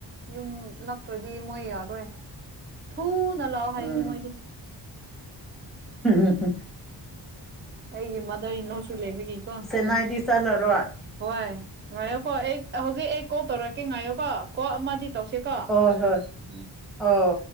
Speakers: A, on the right; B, in the centre.
A: ꯌꯨꯝ ꯂꯥꯛꯇ꯭ꯔꯗꯤ ꯃꯣꯏ ꯌꯥꯎꯔꯣꯏ ꯊꯨꯅ ꯂꯥꯛꯑꯣ ꯍꯥꯏꯒꯅꯤ
B: ꯎꯝ
A: ꯃꯣꯏꯗꯤ
B: ꯎꯝ
A: ꯑꯩꯒꯤ ꯃꯥꯗꯔ ꯏꯂꯣꯁꯨ ꯂꯩꯕꯒꯤꯀꯣ
B: ꯆꯦꯟꯅꯥꯏꯗꯤ ꯆꯠꯂꯔꯣꯏ
A: ꯍꯣꯏ ꯉꯥꯏꯌꯣꯀꯣ ꯑꯩ ꯍꯧꯖꯤꯛ ꯑꯩ ꯀꯣꯜ ꯇꯧꯔꯛꯀꯦ ꯉꯥꯏꯌꯣꯀꯣ ꯀꯣ ꯃꯥꯗꯤ ꯇꯧꯁꯦꯀꯣ
B: ꯍꯣꯏ ꯍꯣꯏ
A: ꯎꯝ
B: ꯑꯣ